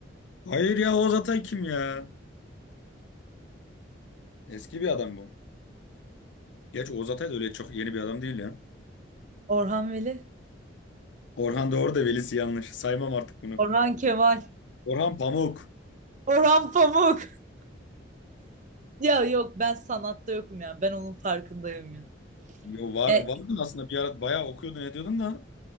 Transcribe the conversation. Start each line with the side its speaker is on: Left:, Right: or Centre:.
Left: Hayır ya Oğuz Atay kim ya? Eski bir adam bu. Gerçi Oğuz Atay da öyle çok yeni bir adam değil ya.
Right: Orhan Veli.
Left: Orhan Doğru da velisi yanlış. Saymam artık bunu.
Right: Orhan Kemal.
Left: Orhan Pamuk.
Right: Orhan Pamuk. <laughs> Ya yok ben sanatta yokum ya. Ben onun farkındayım ya.
Left: Yo, var,
Right: Ya,
Left: vardın aslında bir ara bayağı okuyordun ediyordun da.